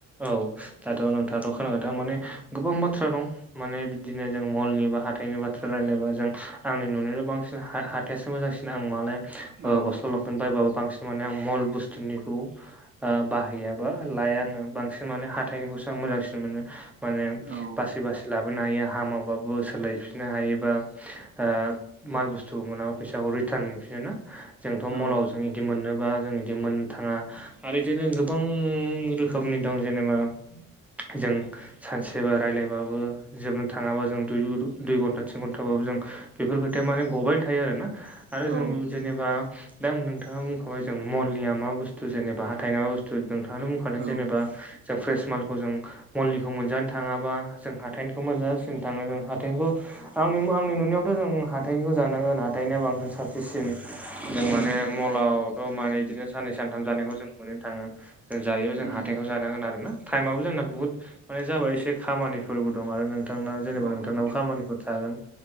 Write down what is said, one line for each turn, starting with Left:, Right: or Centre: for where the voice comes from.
Centre: औ दाथ' नोंथाङाथ' खोनाबाय दा माने गोबां बाथ्रा दं माने बिदिनो जों मलनि बा हाथाइनि बाथ्रा रायलायबा जों आंनि नुनायाव बांसिन हा थेस मोजांसिन आं मालाय ओ
Right: औ
Centre: गस्ला' लंपेन्ट बायबाबो बांसिन माने आं मल बुस्थुनिखौ ओ बाहायाबा लायानो आङो बांसिन माने हाथाइनिखौसो आं मोजांसिन मोनो माने
Right: औ
Centre: बासि बासि लाबोनो हायो हामाबाबो सोलायफिननो हायोबा ओ माल बुस्थुखौ मोनाबा फैसाखौ रिटान मोनफिननो ना जोंथ'
Right: औ
Centre: मलाव जों इदि मोननोबा जों इदि मोननो थाङा आरो इदिनो गोबां रोखोमनि दं जेनोबा जों सानसेबा रायज्लायबाबो जोबनो थाङाबा जों दुइ हो घन्टा थिन घन्टाबाबो जों बेफोर खोथाया माने ग'बाय थायो आरो ना आरो
Right: औ
Centre: जों जेनोबा दा नोंथांआ मुख'बाय जों मलनि मा बुस्थु जेनोबा हथायना मा बुस्थु नोंथांआनो बुंखादों
Right: औ
Centre: जेनोबा जों फ्रेस मालखौ जों मलखौ मोनजानो थाङाबा जों हाथायनिखौ मोनजासिन थाङो जों हाथायनिखौ आंनि आंनि नुनायावथ' जों हाथाइनिखौ जानांगोन हाथायनिआ बांसिन साबसिन जों
Right: उम
Centre: माने मलावथ' माने इदिनो साननै सानथाम जानायखौ जों मोननो थाङो जों जायो जों
Right: उम
Centre: हाथायखौ जानांगोन आरो ना टाइमाबबो जोंना बुहुत माने जाबाय एसे खामानिफोरबो दं आरो नोंथां नोंथाना जेनोबा
Right: औ
Centre: नोंथाबो
Right: दे
Centre: खामानिफोर थागोन